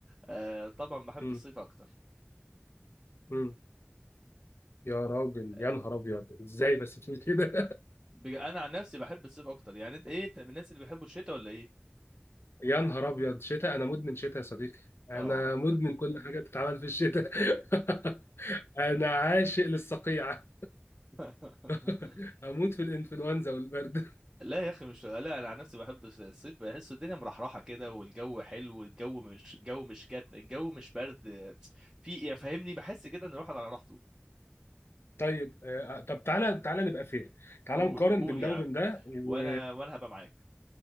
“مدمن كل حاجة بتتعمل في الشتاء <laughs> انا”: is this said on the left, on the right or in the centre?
Left